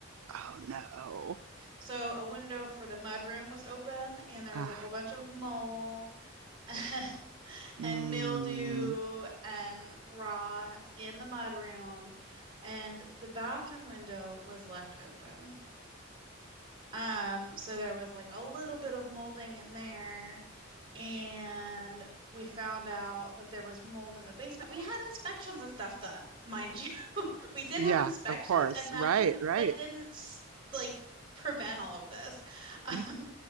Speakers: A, on the right; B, on the right.
A: oh no
B: So a window for the mudroom was open and there
A: uh,
B: was a whole bunch of mold <laughs>
A: mm.
B: and mildew and rot in the mudroom and the bathroom window was left open. Um, so there was like a little bit of molding in there, and we found out that there was mold in the basement. We had inspections and stuff done, mind you we did
A: Yeah,
B: have inspections,
A: of course.
B: and that
A: Right,
B: didn't
A: right.
B: that didn't like prevent all of this. <laughs> Um,
A: r-